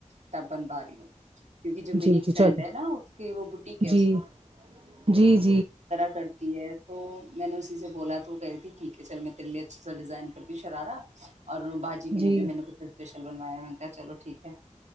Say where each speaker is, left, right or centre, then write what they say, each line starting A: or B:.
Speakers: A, on the right (about 70°); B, on the right (about 50°).
A: تب بنوا لوں کیونکہ جو میری
B: جی
A: ایک
B: جی چلو
A: فرینڈ ہے نا اس کی وہ بٹیک ہے
B: جی جی جی
A: طرا کرتی ہے تو میں نے اسی سے بولا تو وہ کہہی تھی ٹھیک ہے چل میں تیرے لیے اچھا سا ڈیزائن کرتی ہوں شرارہ اور بھاجی لیے
B: جی
A: بھی میں نے کچھیش بنوایا میں کہ چلو ٹھیک ہے